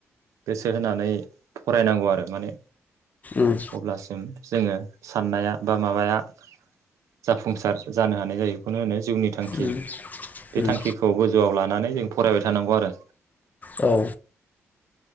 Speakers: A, on the right; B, on the left.
A: गोसो होनानै फरायनांगौ आरो माने
B: उम
A: अब्लासिम जोङो साननाया बा माबाया जाफुंसार जानो हानाय जायो बेखौनो होनो जिउनि थांखि
B: उम
A: बे
B: उम
A: थांखिखौ गोजौआव लानानै जों फरायबाय थानांगौ आरो
B: औ